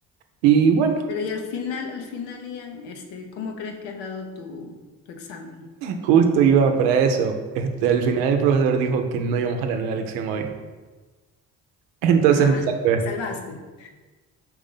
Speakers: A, on the right; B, on the left.
A: Y bueno,
B: Pero y al final, al final, Ian, este, ¿cómo crees que has dado tu, tu examen?
A: justo iba para eso. Este, al final el profesor dijo que no íbamos a tener la lección hoy. Entonces
B: Ah,
A: me salvé.
B: te salvaste,